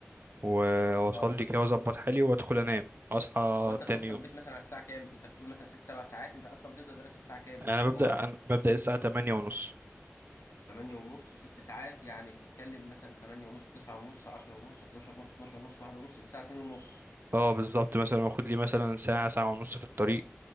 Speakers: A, on the right; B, on the left.
A: و- واصلي
B: اه
A: كده واظبط حالي وادخل انام اصحى
B: هو انت بتوصل
A: تاني يوم
B: البيت مثلا على الساعه كام انت بتقول مثلا ست سبع ساعات انت اصلا بتبدا دراسه الساعه كام
A: يعني
B: في
A: انا
B: يومك
A: ببدأ أنا ببدأ الساعة 8 ونص
B: تمانية ونص ست ساعات يعني بتتكلم مثلا تمانية ونص تسعة ونص عشرة ونص حداشر ونص اتناشر ونص واحدة ونص تسعة اتنين ونص
A: اه بالظبط مثلا واخد لي مثلا ساعة ساعة ونص في الطريق